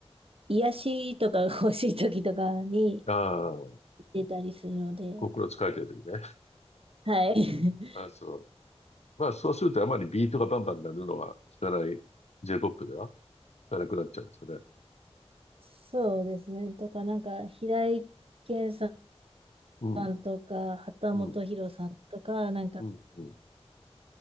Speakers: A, on the right; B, on the left.
A: 癒しとかが欲しい時とかに
B: ああ、
A: 出たりするので、
B: コクロ使えてる時ね。
A: はい。
B: <laughs> あ、そう。まあ、そうするとあまりビートがバンバン鳴るのは聞かない J-POP では聞かなくなっちゃうんですかね。
A: そうですね。とか、なんか、平井堅さ
B: うん、
A: んとか、畑本博さんとか、
B: うん、
A: なんか、
B: うん、うん。